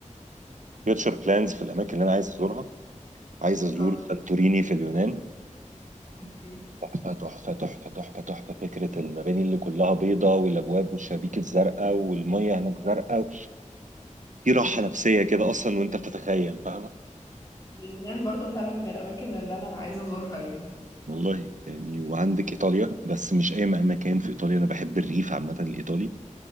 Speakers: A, on the right (about 70°); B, on the left (about 30°).
A: الفيوتشر بلانز في الاماكن اللي انا عايز ازورها عايز ازور
B: اه
A: سانتوريني في اليونان
B: اوكي
A: تحفة تحفة تحفة تحفة تحفة فكرة المباني اللي كلها بيضة والأبواب والشبابيك الزرقاء والمية هناك زرقاء في راحة نفسية كده أصلا وأنت بتتخيل فاهمة
B: اليونان برضو فعلا من الاماكن اللي انا عايزه ازورها يعني
A: والله يعني وعندك ايطاليا بس مش اي مكان في ايطاليا انا بحب الريف عامه الايطالي